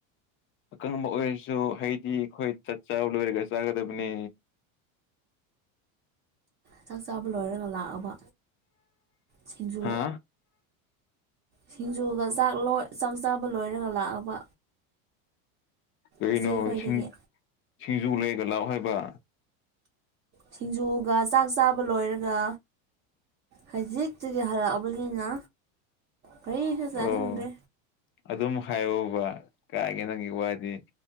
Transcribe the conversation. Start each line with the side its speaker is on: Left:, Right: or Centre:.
Left: ꯑꯀꯪꯕ ꯑꯣꯏꯔꯁꯨ ꯍꯩꯗꯤ ꯑꯩꯈꯣꯏ ꯆꯠ ꯆꯥꯕ ꯂꯣꯏꯔꯒ ꯆꯥꯒꯗꯕꯅꯦ
Right: ꯆꯥꯛ ꯆꯥꯕ ꯂꯣꯏꯔꯒ ꯂꯥꯛꯑꯕ ꯁꯤꯡꯖꯨ
Left: ꯍꯥ
Right: ꯁꯤꯡꯖꯨꯒ ꯆꯥꯛ ꯂꯣꯏ ꯆꯥꯛ ꯆꯥꯕ ꯂꯣꯏꯔꯒ ꯂꯥꯛꯑꯕ
Left: ꯀꯔꯤꯅꯣꯁꯤꯡ
Right: ꯏꯆꯦꯈꯣꯏꯗꯒꯤ
Left: ꯁꯤꯡꯖꯨ ꯂꯩꯒ ꯂꯥꯛꯑꯣ ꯍꯥꯏꯕ
Right: ꯁꯤꯡꯖꯨꯒ ꯆꯥꯛ ꯆꯥꯕ ꯂꯣꯏꯔꯒ ꯍꯖꯤꯛꯇꯒꯤ ꯍꯂꯛꯑꯕꯅꯤꯅ ꯀꯔꯤꯁꯨ ꯆꯥꯅꯤꯡꯗꯦ
Left: ꯑꯣ ꯑꯗꯨꯝ ꯍꯥꯏꯌꯣꯕ ꯀꯥꯏꯒꯤ ꯅꯪꯒꯤ ꯋꯥꯗꯤ